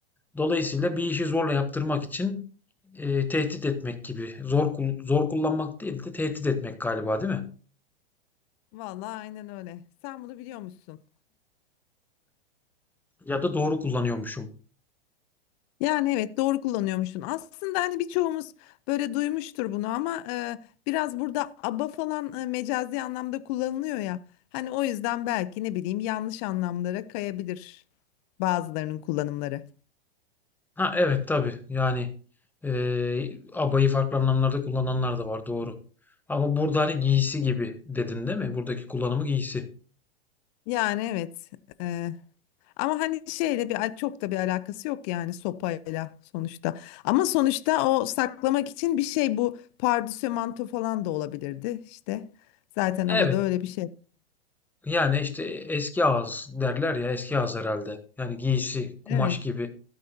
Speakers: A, in the centre; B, on the left (about 40°).
A: Dolayısıyla bir işi zorla yaptırmak için e, tehdit etmek gibi. Zor kul- zor kullanmak değil de tehdit etmek galiba, değil mi?
B: Vallahi aynen öyle. Sen bunu biliyor musun?
A: Ya da doğru kullanıyormuşum.
B: Yani evet doğru kullanıyormuşsun. Aslında hani birçoğumuz böyle duymuştur bunu ama e, biraz burada aba falan e, mecazi anlamda kullanılıyor ya. Hani o yüzden belki ne bileyim yanlış anlamlara kayabilir bazılarının kullanımları.
A: Ha evet tabii yani eee, abayı farklı anlamlarda kullananlar da var doğru. Ama burada hani giysi gibi dedin değil mi? Buradaki kullanımı giysi.
B: Yani evet. e, ama hani şeyle bir al- çok da bir alakası yok yani sopayla sonuçta. Ama sonuçta o saklamak için bir şey bu pardösü manto falan da olabilirdi işte. Zaten
A: Evet
B: abada öyle bir şey.
A: yani işte eski ağız derler ya eski ağız herhalde. Yani giysi, kumaş
B: Evet.
A: gibi